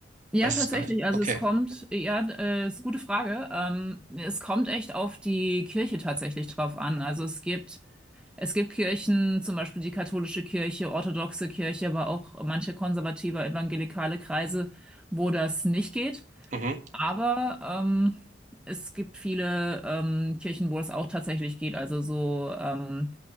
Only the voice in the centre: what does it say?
Ja,
tatsächlich.
Also
es kommt, ja, äh, ist eine gute Frage. Ähm, es kommt echt auf die Kirche tatsächlich drauf an. Also es gibt, es gibt Kirchen, zum Beispiel die katholische Kirche, orthodoxe Kirche, aber auch manche konservative evangelikale Kreise, wo das nicht geht.
Aber ähm, es gibt viele ähm, Kirchen, wo es auch tatsächlich geht, also so ähm,